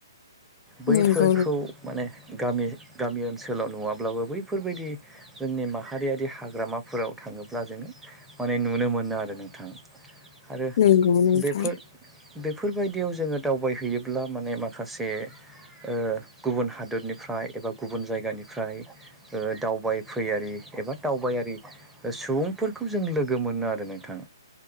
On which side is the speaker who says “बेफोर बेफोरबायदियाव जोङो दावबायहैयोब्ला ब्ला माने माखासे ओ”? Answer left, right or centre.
Centre